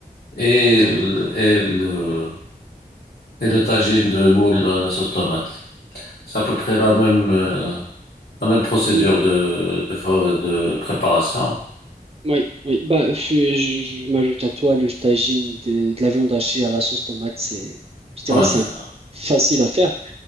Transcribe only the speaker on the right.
oui.
Mhm.
Oui, oui. Bah, je, je- je m'ajoute à toi le tagine de, de la viande hachée à la sauce tomate. C'est, je dirais,
c'est
un- facile à faire.